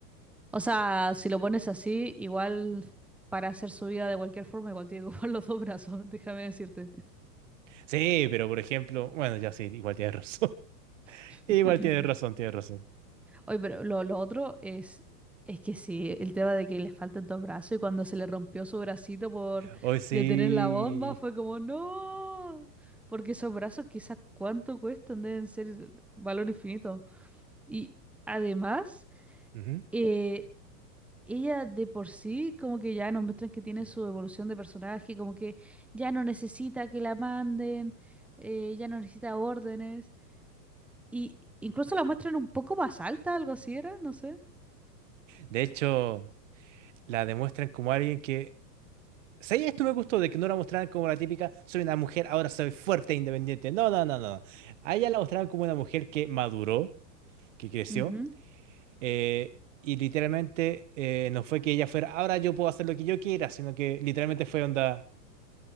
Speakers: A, in the centre; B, on the right (about 50°).
A: O sea, si lo pones así, igual para hacer su vida de cualquier forma, igual tiene que ocupar <laughs> los dos brazos, <laughs> déjame decirte.
B: Sí, pero por ejemplo, bueno, ya sí, igual tienes razón. <laughs>
A: <laughs>
B: Igual tienes razón, tienes razón.
A: Oye, pero lo, lo otro es, es que sí, el tema de que le faltan dos brazos y cuando se le rompió su bracito por
B: Hoy sí.
A: detener la bomba fue como, no, porque esos brazos quizás cuánto cuestan, deben ser valor infinito. Y además,
B: Ujú.
A: eh, ella de por sí como que ya nos muestran que tiene su evolución de personaje, como que ya no necesita que la manden, eh, ya no necesita órdenes. Y incluso la muestran un poco más alta, algo así era, no sé.
B: De hecho. La demuestran como alguien que... ¿Sabes? Esto me gustó de que no la mostraran como la típica, soy una mujer, ahora soy fuerte e independiente. No, no, no, no. A ella la mostraron como una mujer que maduró, que creció,
A: Ujú.
B: eh, y literalmente eh, no fue que ella fuera, ahora yo puedo hacer lo que yo quiera, sino que literalmente fue onda,